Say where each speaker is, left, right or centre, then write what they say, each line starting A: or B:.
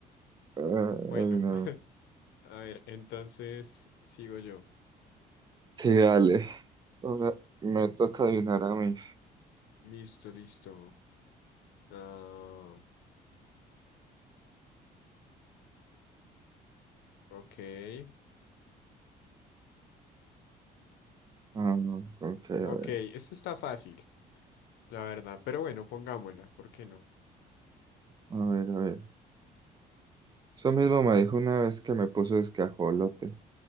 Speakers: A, on the right (about 25°); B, on the left (about 80°).
A: no.
B: Bueno, <laughs> a ver, entonces sigo yo.
A: Sí, dale. Ahora me toca adivinar a mí.
B: Listo, listo. Ah, ok.
A: Ah, no, ok, a
B: Ok,
A: ver.
B: esta está fácil, la verdad, pero bueno, pongámosla, ¿por qué no?
A: A ver, a ver. Eso mismo me dijo una vez que me puso escajolote.